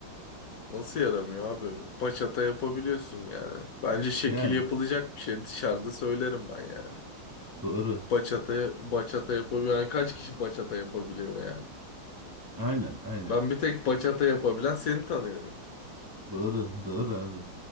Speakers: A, on the left (about 55°); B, on the right (about 15°).
A: Nasıl yaramıyor abi? Bachata yapabiliyorsun yani. Bence şekil
B: Yani
A: yapılacak bir şey dışarıda söylerim ben yani.
B: doğru.
A: Bachata, bachata yapabiliyor. Yani kaç kişi bachata yapabiliyor yani?
B: Aynen aynen.
A: Ben bir tek bachata yapabilen seni tanıyorum.
B: Doğru, doğru abi.